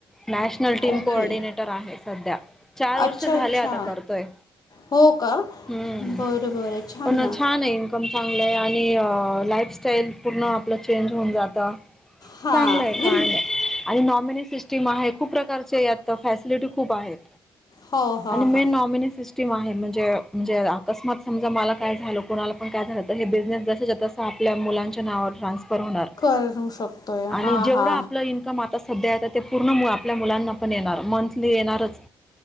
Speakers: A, in the centre; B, on the left.
A: नॅशनल टीम
B: ओके
A: कोऑर्डिनेटर आहे सध्या, चार वर्ष
B: अच्छा
A: झाले
B: अच्छा
A: आता करतोय.
B: हो का
A: हूं
B: बरं बरं
A: पनं
B: ना
A: छान हे! कम चांगलं आहे आणि अ लाईफस्टाईल पूर्ण आपलं चेंज होऊन जाता.
B: हा
A: चांगलं आहे
B: नाही
A: कांड! आणि नॉमिनी सिस्टीम आहे खूप प्रकारचे यात फॅसिलिटी खूप आहेत.
B: हो हो
A: आणि
B: हो.
A: मेन नॉमिनी‌ सिस टिम आहे म्हणजे म्हणजे अकस्मात समजा मला काय झालं, कुणाला पण काय झालं तर हे बिझनेस जसेच्या तसं आपल्या मुलांच्या नावावर ट्रान्स्फर होणार,
B: होईल करू शकतोय
A: आणि
B: हा
A: जेवढं
B: हा
A: आपलं इन्कम आता सध्या येत ते पूर्ण आपल्या मुलांना पण येणार, मंथली येणारच.